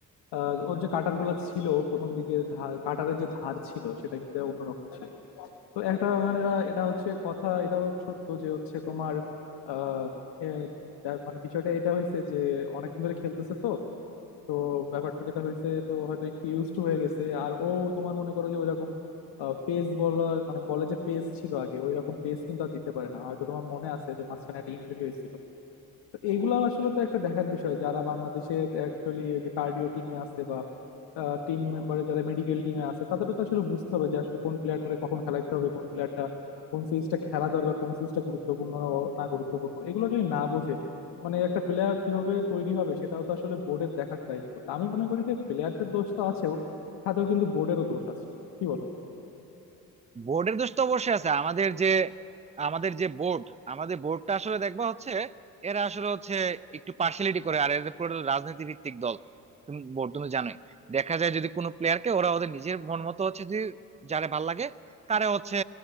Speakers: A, on the left; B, on the right.
A: আহ, ওর যে কাটার গুলা ছিল প্রথম দিকে ধার কাটারের যে ধার ছিল সেটা কিন্তু অন্যরকম ছিল তো একটা মানে এটা এটা হচ্ছে কথা এটাও সত্য যে হচ্ছে তোমার আহ, এ, ব্যাপ- মানে বিষয়টা এটা হয়েছে যে অনেকদিন ধরে খেলতেছে তো তো ব্যাপারটা যেটা হয়েছে তো হয়তো একটু ইউজ টু হয়ে গেছে আর ও তোমার মনে করো যে ওইরকম পেস বলার মানে বলে যে পেস ছিল আগে ওইরকম পেস কিন্তু আর দিতে পারে না হয়তো তোমার মনে আছে যে মাঝখানে একটা ইনজুরি হয়েছিল তো এইগুলা আসলে তো একটা দেখার বিষয় যারা বাংলাদেশের অ্যাকচুয়ালি যে কার্ডিও টিমে আছে বা টিম মেম্বারে যারা মেডিকেল টিমে আছে তাদেরও তো আসলে বুঝতে হবে যে আসলে কোন প্লেয়ারটারে কখন খেলাইতে হবে কোন প্লেয়ারটা কোন সিরিজটা খেলা দরকার কোন সিরিজটা গুরুত্বপূর্ণ না না গুরুত্বপূর্ণ এগুলো যদি না বোঝে মানে একটা প্লেয়ার কিভাবে তৈরি হবে সেটাও তো আসলে বোর্ডের দেখার দায়িত্ব তা আমি মনে করি যে প্লেয়ারদের দোষ তো আছেও সাথেও কিন্তু বোর্ডেরও দোষ আছে কি বলো
B: বোর্ডের দোষ তো অবশ্যই আছে আমাদের যে আমাদের যে বোর্ড আমাদের বোর্ডটা আসলে দেখবা হচ্ছে এরা আসলে হচ্ছে একটু পার্সিয়ালিটি করে আর এদের পুরো রাজনীতি ভিত্তিক দল তুমি বোর্ড তুমি জানোই দেখা যায় যদি কোনো প্লেয়ারকে ওরা ওদের নিজের মন মতো হচ্ছে যদি যারে ভাল লাগে তারে হচ্ছে